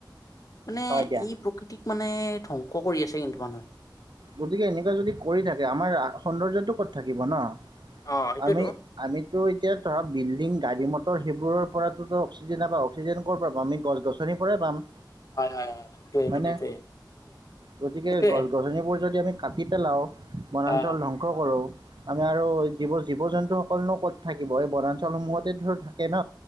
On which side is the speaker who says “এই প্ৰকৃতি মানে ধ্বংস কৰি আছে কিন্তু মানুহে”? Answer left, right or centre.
Left